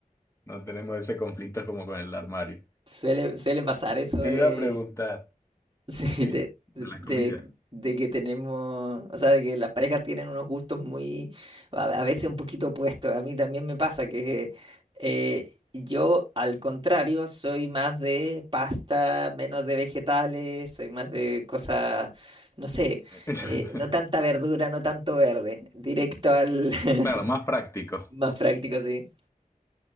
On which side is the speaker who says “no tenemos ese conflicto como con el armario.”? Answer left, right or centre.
Left